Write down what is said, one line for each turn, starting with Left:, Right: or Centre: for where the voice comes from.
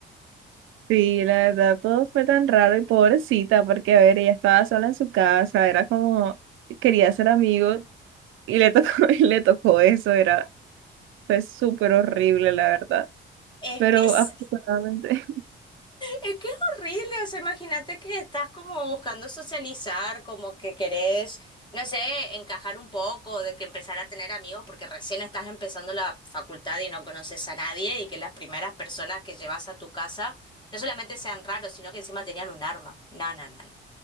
Right: Sí, la verdad, todo fue tan raro y pobrecita, porque a ver, ella estaba sola en su casa, era como, quería ser amigos y le tocó, <laughs> y le tocó eso, era, fue súper horrible, la verdad.
Left: Es
Right: Pero
Left: que sí,
Right: afortunadamente,
Left: Es que es horrible, o sea, imagínate que estás como buscando socializar, como que querés, no sé, encajar un poco, de que empezar a tener amigos, porque recién estás empezando la facultad y no conoces a nadie, y que las primeras personas que llevas a tu casa no solamente sean raros, sino que encima tenían un arma. No, no, no, no,